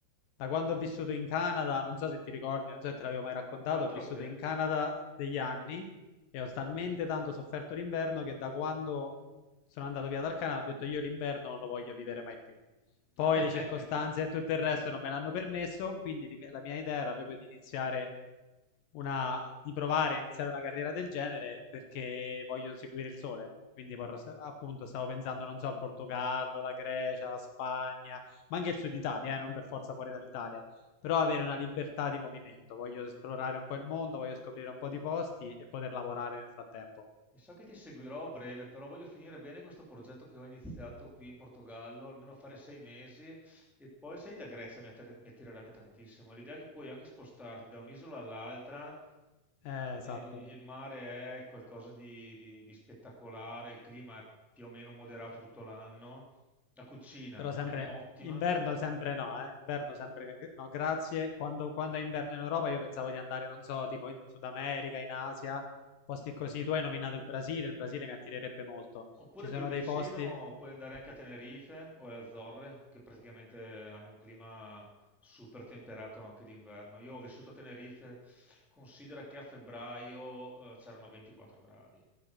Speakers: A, on the left; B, in the centre.
A: Da quando ho vissuto in Canada, non so se ti ricordi, non so se te l'avevo mai raccontato,
B: Altro
A: ho vissuto
B: che...
A: in Canada degli anni e ho talmente tanto sofferto l'inverno che da quando sono andato via dal Canada ho detto io l'inverno non lo voglio vivere mai più. Poi
B: <laughs>
A: le circostanze e tutto il resto non me l'hanno permesso, quindi li- la mia idea era proprio di iniziare una, di provare a iniziare una carriera del genere perché voglio seguire il sole. Quindi vorrò sta- appunto stavo pensando, non so, al Portogallo, la Grecia, la Spagna, ma anche il Sud Italia, eh, non per forza fuori dall'Italia, però avere una libertà di movimento. Voglio esplorare un po' il mondo, voglio scoprire un po' di posti e poter lavorare nel frattempo.
B: Mi sa che ti seguirò a breve, però voglio finire bene questo progetto che ho iniziato qui in Portogallo, almeno fare sei mesi e poi, sai, la Grecia mi attir- mi attirerebbe tantissimo. L'idea è che puoi anche spostarti da un'isola all'altra
A: Eh, esatto.
B: e il mare è qualcosa di, di- di spettacolare, il clima è più o meno moderato tutto l'anno, la cucina
A: Però sempre
B: è ottima
A: inverno, sempre no, eh? Inverno sempre che- no, grazie. Quando, quando è inverno in Europa io pensavo di andare, non so, tipo in Sud America, in Asia, posti così. Tu hai nominato il Brasile, il Brasile mi attirerebbe molto.
B: Oppure
A: Ci sono
B: più vicino
A: dei posti.
B: puoi andare anche a Tenerife o alle Azzorre, che praticamente hanno un clima super temperato anche d'inverno. Io ho vissuto a Tenerife, considera che a febbraio eh, c'erano 24 gradi.